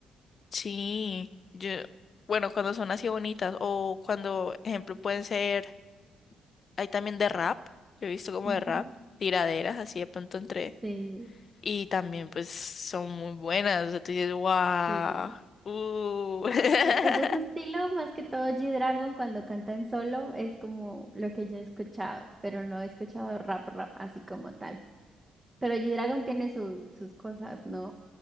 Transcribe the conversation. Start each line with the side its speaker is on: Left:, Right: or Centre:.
Left: sí, yo, bueno, cuando son así bonitas o cuando, ejemplo, pueden ser, hay también de rap, yo he visto como
Right: Ujú.
Left: de rap, tiraderas así de pronto entre,
Right: Sí,
Left: y también pues son muy buenas, o sea, tú dices, wow,
Right: sí.
Left: uh.
Right: Sí, pues de ese estilo, más que todo G-Dragon cuando canta en solo, es como lo que yo he escuchado, pero no he escuchado rap rap así como tal. Pero G-Dragon tiene su- sus cosas, ¿no?